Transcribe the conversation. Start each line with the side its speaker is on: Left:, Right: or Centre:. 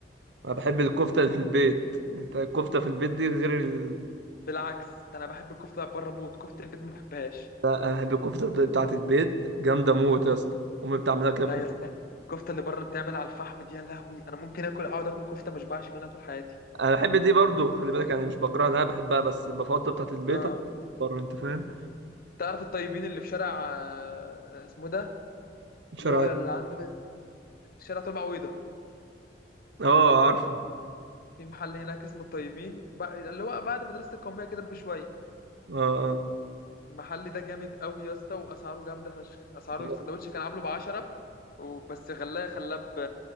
Right: أنا بحب الكفتة اللي في البيت أنت الكفتة في البيت دي غير ال...
Left: بالعكس ده انا بحب الكفته اللي بره موت كفته البيت ما بحبهاش
Right: لا، أنا بحب الكفتة بت- بتاعة البيت جامدة موت يا اسطى أمي بتعملها كده في
Left: لا
Right: البيت.
Left: يا اسطى الكفته اللي بره بتعمل على الفحم دي يا لهوي انا ممكن اكل اقعد اكل كفته ما اشبعش منها طول حياتي
Right: أنا بحب دي برضو خلي بالك يعني مش بكرهها أنا بحبها بس بفضل بتاعة البيت
Left: اه
Right: عن بره أنت فاهم
Left: تعرف الطيبين اللي في شارع آه، اسمه ده
Right: الشرعية
Left: اللي هو اللي عند شارع طلبة عويضة
Right: أه عارفه
Left: في محل هناك اسمه الطيبين بقى- اللي هو بعد مدرسة القومية كده بشوية
Right: أه
Left: المحل ده جامد قوي يا اسطى واسعاره جامده فشخ اسعاره
Right: أه
Left: السندوتش كان عامله ب 10 وبس غلاه خلاه ب